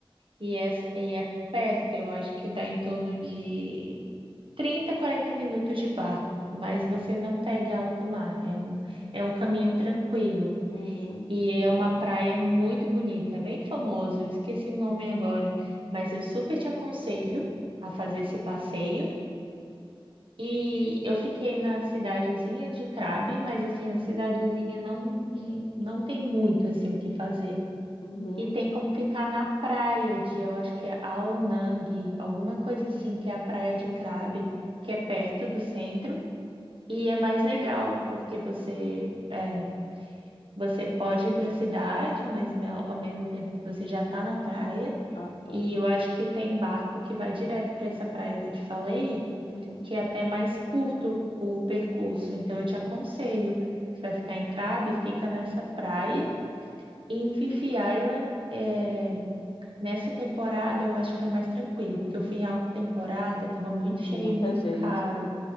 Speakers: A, on the right (about 65°); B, on the left (about 75°).
A: E é, e é perto, eu acho que dá em torno de 30, 40 minutos de barco, mas você não pega alto mar, é um, é um caminho tranquilo.
B: Uhum,
A: E é uma praia muito bonita, é bem famoso, eu esqueci o nome agora, mas eu super te aconselho a fazer esse passeio. E eu fiquei na cidadezinha de Crabe, mas assim, a cidadezinha não, não tem muito assim o que fazer.
B: uhum.
A: E tem como ficar na praia de, eu acho que é Aonang, alguma coisa assim, que é a praia de Krabi, que é perto do centro, e é mais legal, porque você é, você pode ir para a cidade, mas me- ao mesmo tempo você já está na praia,
B: Ah, tá.
A: e eu acho que tem barco que vai direto para essa praia que eu te falei,
B: Uhum.
A: que é até mais curto o percurso, então eu te aconselho, você vai ficar em Krabi, fica nessa praia, e em Fifi Island, é, Nessa temporada eu acho que é mais tranquilo, porque eu fui em alta temporada e tava muito cheio,
B: Muita
A: e muito
B: gente,
A: caro.
B: né?